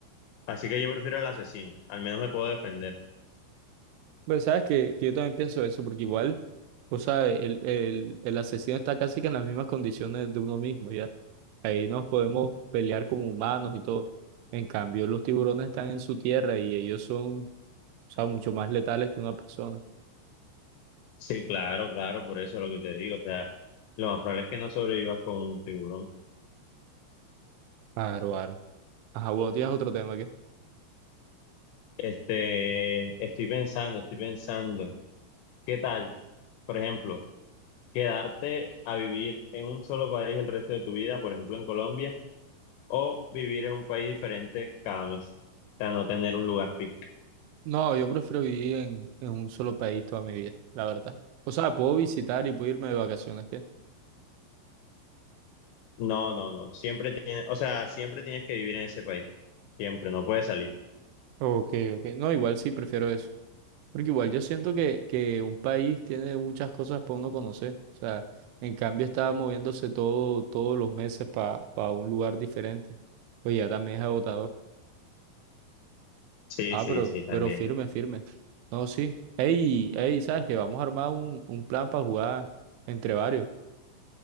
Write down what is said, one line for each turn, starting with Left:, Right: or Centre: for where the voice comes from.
Left: Así que yo prefiero al asesino, al menos me puedo defender.
Right: Pero sabes que, que yo también pienso eso porque igual, o sea, el, el, el asesino está casi que en las mismas condiciones de uno mismo, ¿ya? Ahí nos podemos pelear como humanos y todo. En cambio, los tiburones están en su tierra y ellos son, o sea, mucho más letales que una persona.
Left: Sí, claro, claro, por eso es lo que te digo. O sea, lo más probable es que no sobrevivas con un tiburón.
Right: Claro, claro. Ajá, bueno, tienes otro tema que...
Left: Este, estoy pensando, estoy pensando. ¿Qué tal? Por ejemplo, quedarte a vivir en un solo país el resto de tu vida, por ejemplo en Colombia, o vivir en un país diferente cada mes. O sea, no tener un lugar fijo.
Right: No, yo prefiero vivir en, en un solo país toda mi vida, la verdad. O sea, puedo visitar y puedo irme de vacaciones, ¿qué?
Left: No, no, no. Siempre tienes, o sea, siempre tienes que vivir en ese país. Siempre, no puedes salir.
Right: Ok, ok. No, igual sí prefiero eso. Porque igual yo siento que, que un país tiene muchas cosas para uno conocer. O sea, en cambio está moviéndose todo, todos los meses para un lugar diferente. Pues ya también es agotador.
Left: Sí,
Right: Ah,
Left: sí,
Right: pero,
Left: sí, también.
Right: pero firme, firme. No, sí. Ey, ey, ¿sabes qué? Vamos a armar un, un plan para jugar entre varios.